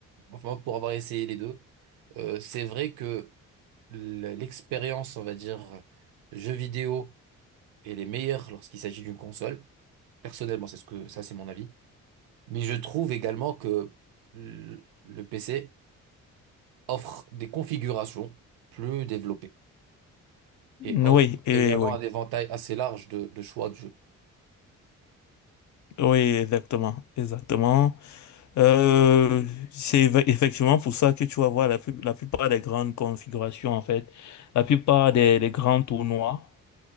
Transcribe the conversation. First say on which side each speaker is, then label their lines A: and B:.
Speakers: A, on the right; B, on the left.
A: enfin, pour avoir essayé les deux, euh, c'est vrai que l- l'expérience, on va dire, jeux vidéo est les meilleure lorsqu'il s'agit d'une console. Personnellement, c'est ce que ça, c'est mon avis. Mais je trouve également que le le PC offre des configurations plus développées.
B: Oui,
A: et offre
B: et
A: également
B: oui,
A: un éventail assez large de, de choix de jeux.
B: oui, exactement, exactement. Euh, c'est eff- effectivement pour ça que tu vas voir la, plus- la plupart des grandes configurations, en fait, la plupart des, des grands tournois